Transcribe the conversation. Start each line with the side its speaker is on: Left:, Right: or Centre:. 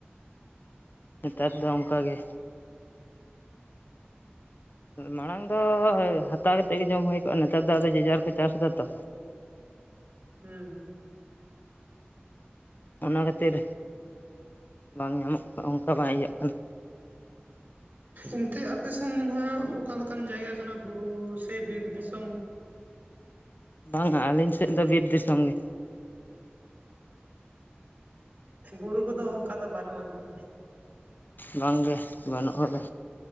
Left: ᱱᱮᱛᱟᱨ ᱫᱚ ᱚᱝᱠᱟ ᱜᱮ᱾ ᱢᱟᱬᱟᱝ ᱫᱚ ᱦᱟᱛᱟᱣ ᱠᱟᱛᱮᱫ ᱜᱮ ᱡᱚᱢ ᱦᱳᱭ ᱠᱚᱜᱼᱟ, ᱱᱮᱛᱟᱨ ᱫᱚ ᱟᱫᱚ ᱡᱮᱡᱟᱨ ᱠᱚ ᱪᱟᱥ ᱫᱟ ᱛᱚ᱾
Right: ᱦᱩᱸ ᱦᱩᱸ᱾
Left: ᱚᱱᱟ ᱠᱷᱟᱹᱛᱤᱨ ᱵᱟᱝ ᱧᱟᱢᱚᱜ ᱠᱟᱱᱟ, ᱚᱱᱠᱟ ᱵᱟᱝ ᱤᱭᱟᱹᱜ ᱠᱟᱱᱟ᱾
Right: ᱮᱱᱛᱮ ᱟᱯᱮ ᱥᱮᱱ ᱢᱚᱱᱮ ᱦᱚᱭ ᱚᱠᱟ ᱞᱮᱠᱟᱱ ᱡᱟᱭᱜᱟ ᱠᱟᱱᱟ ᱵᱩᱨᱩ ᱥᱮ ᱵᱤᱨ ᱫᱤᱥᱚᱢ?
Left: ᱵᱟᱝᱟ ᱟᱹᱞᱤᱧ ᱥᱮᱫ ᱫᱚ ᱵᱤᱨ ᱫᱤᱥᱚᱢ ᱜᱮ᱾
Right: ᱚ ᱵᱩᱨᱩ ᱠᱚᱫᱚ ᱚᱝᱠᱟ ᱫᱚ ᱵᱟᱹᱱᱩᱜ ᱟᱱᱟᱜ ᱵᱟ᱾
Left: ᱵᱟᱝ ᱜᱮ ᱵᱟᱹᱱᱩᱜᱼᱟ ᱟᱫᱚ᱾